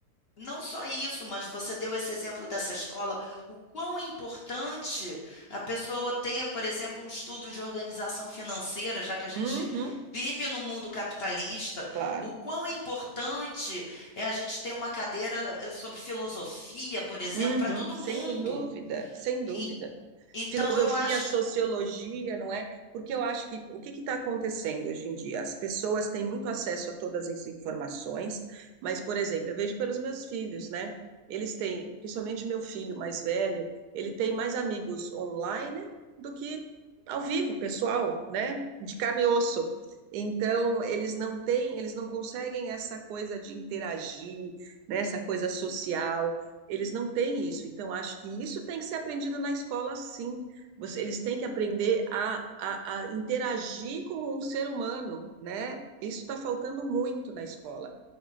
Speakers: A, on the left; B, on the right.
A: não só isso, mas você deu esse exemplo dessa escola, o quão é importante a pessoa ter, por exemplo, um estudo de organização financeira, já que a gente
B: uhum,
A: vive no mundo capitalista,
B: claro.
A: o quão é importante é a gente ter uma cadeira eh, sobre filosofia, por exemplo,
B: Uhum,
A: para todo
B: sem
A: mundo.
B: dúvida, sem dúvida.
A: E- então,
B: filosofia,
A: eu acho.
B: sociologia, não é? Porque eu acho que o que está acontecendo hoje em dia? As pessoas têm muito acesso a todas as informações, mas, por exemplo, eu vejo pelos meus filhos, né? Eles têm, principalmente meu filho mais velho, ele tem mais amigos online do que ao vivo, pessoal, né? De carne e osso. Então, eles não têm, eles não conseguem essa coisa de interagir, né, essa coisa social. Eles não têm isso. Então, acho que isso tem que ser aprendido na escola, sim. Você- eles têm que aprender a, a, a interagir com um ser humano, né? Isso está faltando muito na escola.